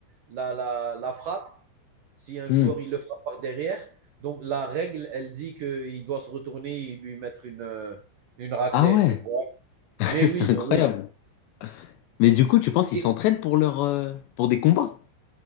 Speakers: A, on the right; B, on the left.
A: la, la, la frappe, si un
B: Hmm.
A: joueur, il le frappe par derrière, donc la règle, elle dit qu'il doit se retourner et lui mettre une, euh, une raclée,
B: Ah ouais,
A: tu vois.
B: <laughs>
A: Mais oui,
B: c'est
A: mais
B: incroyable.
A: oui.
B: Mais du coup, tu penses qu'ils
A: Et
B: s'entraînent pour leur, euh, pour des combats?